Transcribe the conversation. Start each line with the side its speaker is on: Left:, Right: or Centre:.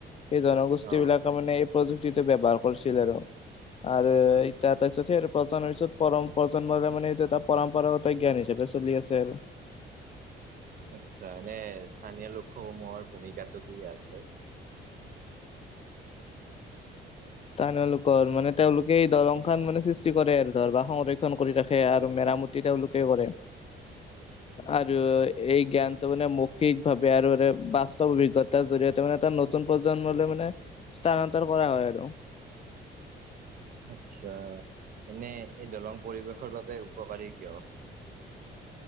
Left: সেই জনগোষ্ঠী
Right: অ
Left: বিলাক ত মানে এই প্ৰযুক্তিটো ব্যৱহাৰ কৰছিল আৰু আৰু ই তাৰপিছতে আৰু প্ৰজন্মৰ পিছত পৰম প্ৰজন্মৰে মানে এইটো এটা পৰম্পৰাগত জ্ঞান হিচাপে চলি আছে আৰু
Right: আচ্ছা, এনে স্থানীয় লোকসমূহৰ ভূমিকাটো কি আৰু ক'য়
Left: স্থানীয় লোকৰ মানে তেওঁলোকে এই দলং খন মানে সৃষ্টি কৰে আৰু ধৰ বা সংৰক্ষণ কৰি ৰাখে আৰু মেৰাম তেওঁলোকে কৰে।
Right: <inaudible>
Left: আৰু এই জ্ঞানটো মানে মৌখিকভাৱে আৰু অৰে বাছ স্তৱ অভিজ্ঞতাৰ জৰিয়তে মানে, এটা নতুন প্ৰজন্মলৈ মানে স্থানান্তৰ কৰা হয় আৰু ত
Right: আটচ্ছা এনে এই দলং পৰিৱেশৰ বাবে উপকাৰী কিয়?